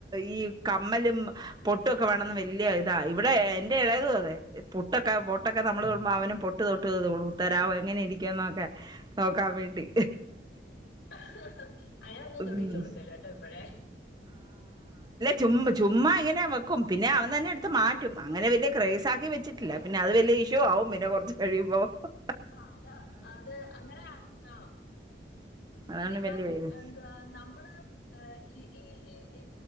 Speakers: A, on the right; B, on the left.
A: ഈ കമ്മലും പൊട്ടുക്കെ വേണം എന്ന് വല്യ ഇതാ ഇവടെ എന്റെ എളേതും അതെ പൊട്ടൊക്കെ പൊട്ടൊക്കെ നമ്മള് തൊടുമ്പോ അവനും പൊട്ട് പൊട്ട് തൊട്ട് തരാവോ എങ്ങനെ ഇരിക്കുന്നൊക്കെ നോക്കാൻ വേണ്ടി
B: !!!!! അങ്ങനെയൊന്നും
A: ഉം
B: തൊടിയിച്ച് കൊടുക്കല്ലെ ട്ടോ പ്പഴേ
A: ചുമ്മ് ചുമ്മാ ഇങ്ങനെ വെക്കും പിന്നെ അവൻ തന്നെ എടുത്ത് മാറ്റും അങ്ങനെ വലിയ ക്രേസ്സാക്കി വെച്ചി ഇല്ല പിന്ന അത് വല്യ <unintelligible> ആവും പിന്ന കൊർച്ച് കഴിയുമ്പൊ ഹ
B: ആഹ് അതാ അത് അങ്ങനെ ആഹ്
A: അതാണ്
B: ഇതിപ്പം
A: വലിയ ഇത്
B: ഏഹ് ദ നമ്മള് എ ഈ ഇ ഈ